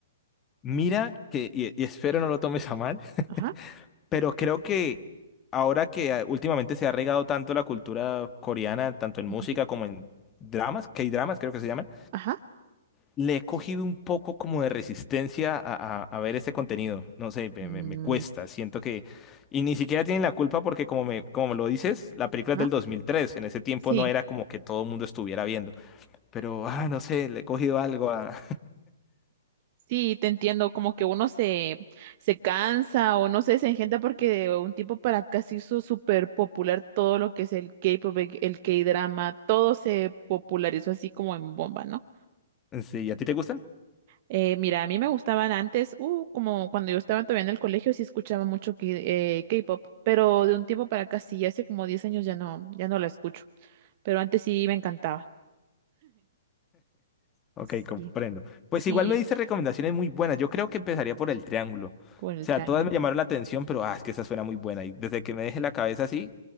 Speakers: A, on the left; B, on the right.
A: Mira que, y, y espero no lo tomes a mal,
B: Ajá.
A: pero creo que ahora que ah, últimamente se ha regado tanto la cultura coreana, tanto en
B: ujú,
A: música como en dramas, K-dramas creo que se llaman,
B: Ajá.
A: le he cogido un poco como de resistencia a, a- a ver este contenido. No sé, me,
B: mm,
A: me- me cuesta. Siento que... Y ni siquiera tienen la culpa porque como me, como me lo dices, la película
B: ajá.
A: es del 2003. En ese tiempo
B: Sí.
A: no era como que todo el mundo estuviera viendo. Pero, ah, no sé, le he cogido algo a...
B: Sí, te entiendo, como que uno se, se cansa o no sé, se engenta porque de un tiempo para acá se hizo súper popular todo lo que es el K-pop, el el K-drama, todo se popularizó así como en bomba, ¿no?
A: <laughs> Sí, ¿a ti te gustan?
B: Eh, mira, a mí me gustaban antes, uh, como cuando yo estaba todavía en el colegio sí escuchaba mucho K- eh, K-pop, pero de un tiempo para acá sí, hace como 10 años ya no, ya no la escucho, pero antes sí me encantaba.
A: Ok,
B: Sí,
A: comprendo. Pues
B: sí,
A: igual me diste recomendaciones muy buenas. Yo creo que empezaría por el triángulo. O
B: por el
A: sea,
B: triángulo.
A: todas me llamaron la atención, pero ah, es que esa suena muy buena. Y desde que me deje la cabeza así,